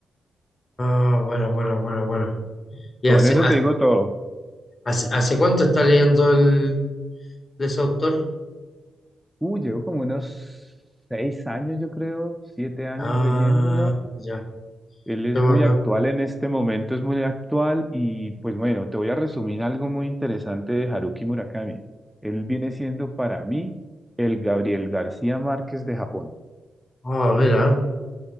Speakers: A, on the left (about 45°); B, in the centre.
A: Ah, bueno, bueno, bueno, bueno. Y
B: Con
A: así,
B: eso te digo todo.
A: ¿Hace, hace cuánto está leyendo el, de ese autor?
B: Uh, llevo como unos seis años, yo creo, siete años
A: Ah,
B: leyéndolo.
A: ya,
B: Él es
A: qué bacán.
B: muy actual en este momento, es muy actual y pues bueno, te voy a resumir algo muy interesante de Haruki Murakami. Él viene siendo para mí el Gabriel García Márquez de Japón.
A: Ah, a ver, ah.